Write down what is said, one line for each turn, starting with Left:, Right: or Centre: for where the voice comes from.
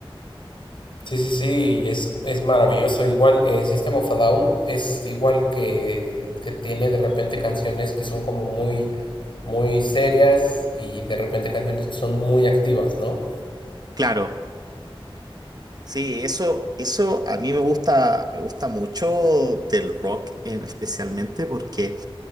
Left: Sí, sí, sí, es, es maravilloso. Igual, eh, System of a Down es igual que, que tiene de repente canciones que son como muy, muy serias y de repente canciones que son muy activas, ¿no?
Right: Claro, Sí, eso, eso a mí me gusta, me gusta mucho del rock, eh, especialmente porque